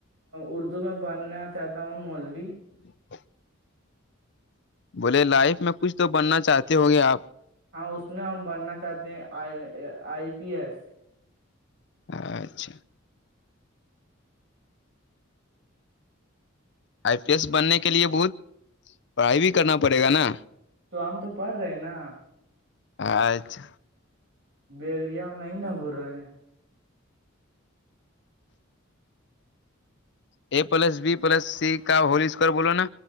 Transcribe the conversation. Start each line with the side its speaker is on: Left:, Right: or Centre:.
Right: اردو میں بننا چاہتا ہوں مولوی
Left: <inaudible> بولے لائف میں کچھ تو بننا چاہتے ہو گے آپ
Right: ہاں اس میں ہم بننا چاہتے ہیں آئی آئی پی ایس
Left: اچھا آئی پی ایس بننے کے لیے بہت پڑھائی بھی کرنا پڑے گا نا
Right: تو ہم تو پڑھ رہے ہیں نا
Left: اجھ
Right: بیگڑیا نہیں نا گور رہے ہیں
Left: A plus B plus C کا ہول اسکوئر بولو نا